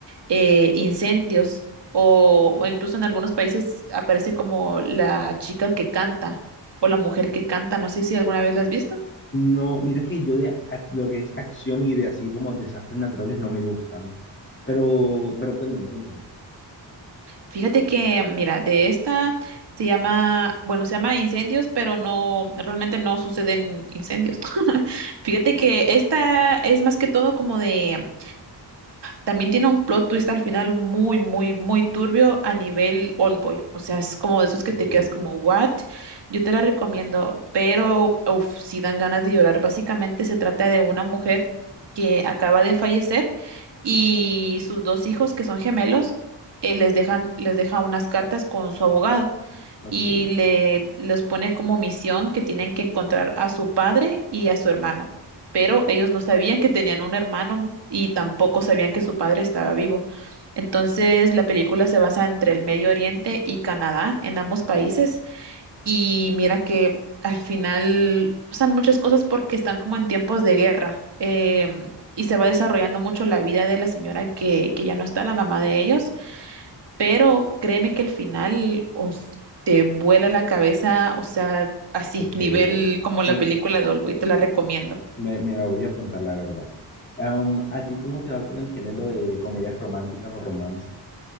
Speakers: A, on the right; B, on the left.
A: eh, incendios o, o incluso en algunos países aparece como la chica que canta o la mujer que canta. No sé si alguna vez la has visto.
B: No, mira que yo de ac- lo que es acción y de así como desastres naturales no me gustan. Pero, pero cuéntame, cuéntame.
A: Fíjate que, mira, de esta se llama, bueno, se llama incendios, pero no, realmente no suceden incendios. <laughs> Fíjate que esta es más que todo como de También tiene un plot twist al final muy, muy, muy turbio a nivel Oldboy. O sea, es como de esos que
B: Ok,
A: te quedas como, ¿what? Yo te la recomiendo, pero uf, sí dan ganas de llorar. Básicamente se trata de una mujer que acaba de fallecer y sus dos hijos, que son gemelos, eh, les dejan, les deja unas cartas con su abogado
B: ok,
A: y le los pone como misión que tienen que encontrar a su padre y a su hermano. Pero ellos no sabían que tenían un hermano y tampoco sabían que su padre estaba vivo. Entonces, la película se basa entre el Medio Oriente y Canadá, en ambos países, y mira que al final pasan muchas cosas porque están como en tiempos de guerra. em, y se va desarrollando mucho la vida de la señora que, que ya no está, la mamá de ellos pero créeme que al final uf, te vuela la cabeza, o sea, así,
B: ok,
A: nivel
B: ok.
A: como
B: Mira,
A: la película de Oldboy, te la recomiendo.
B: Me, me la voy a apuntar, la verdad. Am, ¿a ti cómo te va con el género de comedias románticas o romance?